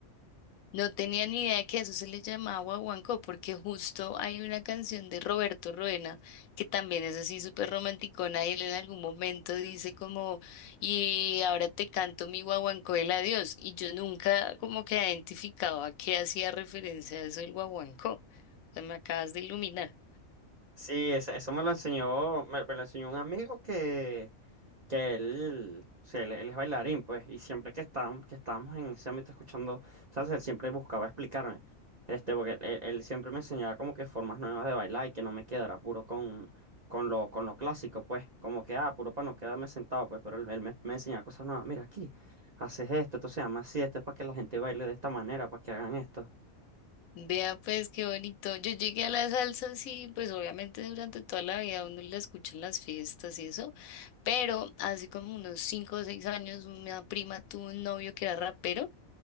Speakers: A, on the left; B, on the right.
A: No tenía ni idea que a eso se le llamaba guaguancó, porque justo hay una canción de Roberto Ruena que también es así súper romanticona y él en algún momento dice como, y ahora te canto mi guaguancó el adiós. Y yo nunca como que identificaba a qué hacía referencia a eso el guaguancó. O sea, me acabas de iluminar.
B: Sí, eso, eso me lo enseñó, me, me lo enseñó un amigo que que él, sí, él, él es bailarín, pues, y siempre que estábamos, que estábamos en ese ámbito escuchando salsa, él siempre buscaba explicarme, este, porque él, él siempre me enseñaba como que formas nuevas de bailar y que no me quedara puro con, con lo, con lo clásico, pues, como que, ah, puro para no quedarme sentado, pues, pero él, él me, me enseñaba cosas nuevas, mira aquí, haces esto, esto se llama así, esto es para que la gente baile de esta manera, para que hagan esto.
A: Vea pues qué bonito. Yo llegué a la salsa, sí, pues obviamente durante toda la vida uno la escucha en las fiestas y eso. Pero hace como unos cinco o seis años, una prima tuvo un novio que era rapero,